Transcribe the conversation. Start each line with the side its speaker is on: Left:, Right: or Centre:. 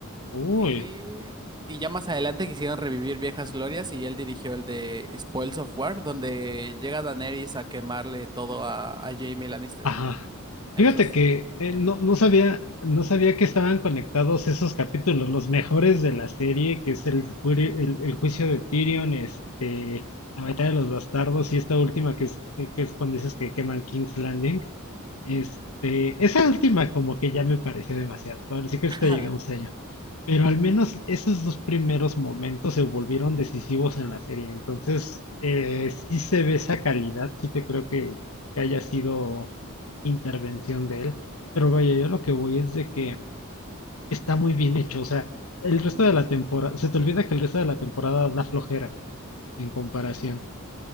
Left: Uy.
Right: Y, y ya más adelante quisieron revivir viejas glorias y él dirigió el de Spoils of War, donde llega Daenerys a quemarle todo a, a Jaime Lannister.
Left: Ajá.
Right: A
Left: Fíjate
Right: Esos.
Left: que eh,
Right: Ujú.
Left: no, no sabía, no sabía que estaban conectados esos capítulos, los mejores de la serie, que es el, juri- el, el juicio de Tyrion, este, la batalla de los bastardos y esta última que es, eh, que es cuando dices que queman King's Landing. Este, esa última como que ya me pareció demasiado. Ahora sí
Right: <laughs>
Left: que ahorita llegamos allá. Pero al menos esos dos primeros momentos se volvieron decisivos en la serie. Entonces, eh, sí se ve esa calidad, sí te creo que, que haya sido intervención de él. Pero vaya, yo lo que voy es de que está muy bien hecho. O sea, el resto
Right: Ujú.
Left: de la temporada, se te olvida que el resto de la temporada da flojera en comparación.